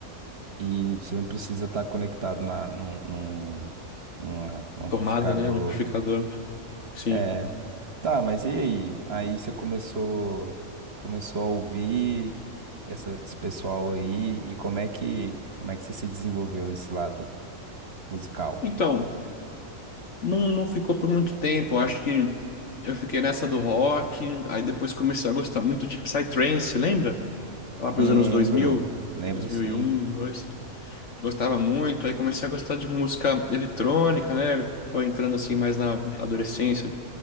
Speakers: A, on the right; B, on the left.
A: e você não precisa estar conectado na, num, num, numa- num
B: A tomada,
A: amplificador.
B: né, no amplificador. Sim.
A: É, tá, mas e aí? Aí você começou, começou a ouvir essa- esse pessoal aí e como é que, como é que você se desenvolveu nesse lado musical?
B: Então, não, não ficou por muito tempo. Eu acho que eu fiquei nessa do rock, aí depois comecei a gostar muito de Psytrance, lembra? Lá
A: Lembro,
B: pros anos 2000,
A: lembro
B: 2001,
A: sim.
B: 2. Gostava muito, aí comecei a gostar de música eletrônica, né? Foi entrando assim mais na adolescência,